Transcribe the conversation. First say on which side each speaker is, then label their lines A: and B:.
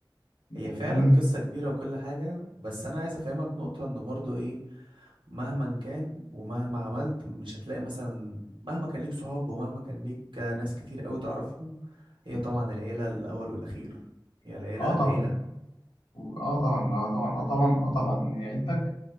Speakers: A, on the left; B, on the right.
A: انت
B: هي
A: فاهمني
B: فعلا قصة كبيرة وكل حاجة بس انا عايز افهمك نقطة ان برضو ايه مهما كان ومهما عملت مش هتلاقي مثلا مهما كان ليك صحاب ومهما كان ليك ناس كتير قوي تعرفهم هي طبعا العيلة الأول والأخير هي العيلة
A: اه
B: العيلة
A: طبعا و- اه طبعا اه طبعا اه طبعا اه طبعا إن عيلتك